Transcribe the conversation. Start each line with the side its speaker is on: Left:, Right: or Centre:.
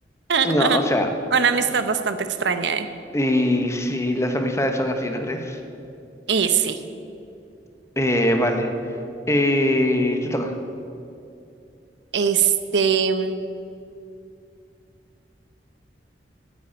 Right: <laughs>
Left: No, o sea,
Right: Una amistad bastante extraña, ¿eh?
Left: y si las amistades son así, ¿no crees?
Right: Y sí,
Left: Eh, vale. Eh, te toca.
Right: este.